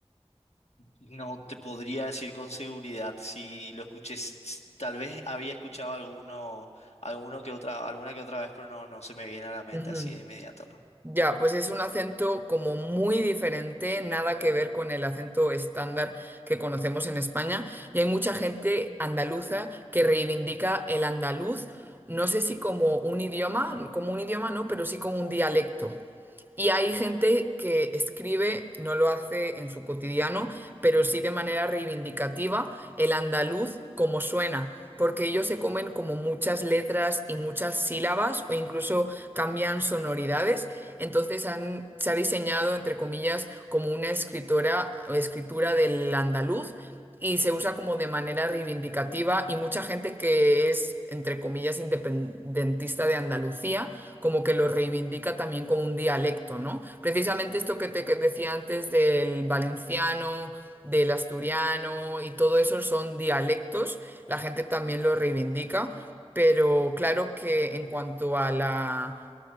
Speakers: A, on the left; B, on the right.
A: No te podría decir con seguridad si lo escuché. s- s- Tal vez había escuchado alguno, alguno que otra, alguna que otra vez, pero no, no se me viene a la mente
B: Ujú.
A: así de inmediato, ¿no?
B: Ya, pues es un acento como muy diferente, nada que ver con el acento estándar que conocemos en España. Y hay mucha gente andaluza que reivindica el andaluz, no sé si como un idioma, como un idioma no, pero sí como un dialecto. Y hay gente que escribe, no lo hace en su cotidiano, pero sí de manera reivindicativa el andaluz como suena, porque ellos se comen como muchas letras y muchas sílabas o incluso cambian sonoridades. Entonces han- se ha diseñado, entre comillas, como una escritora o escritura del andaluz y se usa como de manera reivindicativa y mucha gente que es, entre comillas, independentista de Andalucía, como que lo reivindica también como un dialecto, ¿no? Precisamente esto que te que decía antes del valenciano, del asturiano y todo eso son dialectos, la gente también lo reivindica, pero claro que en cuanto a la